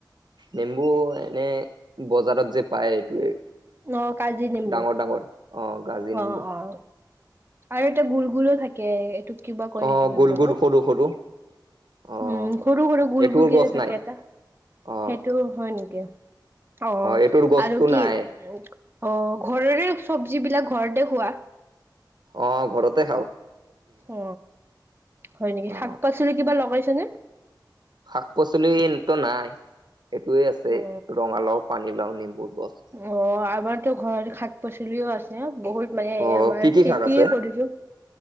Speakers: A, on the right; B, on the right.
A: নেম্বু এনে বজাৰত যে পায় এইটোৱে।
B: অ', কাজি নেমু।
A: ডাঙৰ ডাঙৰ, অ কাজি
B: অ',
A: নিম্বু।
B: অ', আৰু এটা গোল গোলো থাকে, এইটোক কিবা কয়
A: অ
B: সেইটো নিম্বটো?
A: গোল গোল সৰু সৰু অ
B: উম, সৰু সৰু গুল
A: এইটোৰ
B: গুল কে
A: গছ
B: যে থাকে
A: নাই
B: এটা?
A: অ
B: সেইটো হয় নেকি? অ
A: এইটোৰ গছটো
B: আৰু কি
A: নাই
B: উ অ, ঘৰৰে চব্জবিলাক ঘৰতে খোৱা?
A: অ ঘৰতে খাও।
B: অ, হয় নেকি?
A: অ
B: শাক - পাচলি কিবা লগাইছেনে?
A: শাক - পাচলি ত নাই, এইটোৱে আছে
B: অ
A: ৰঙালাও, পানীলাও, নেম্বুৰ গছ।
B: অঁ আমাৰতো ঘৰত শাক পাচলিও আছে বহুত মানে
A: অ'
B: আমাৰ
A: কি কি
B: খেতিয়ে
A: শাক আছে?
B: কৰিছোঁ।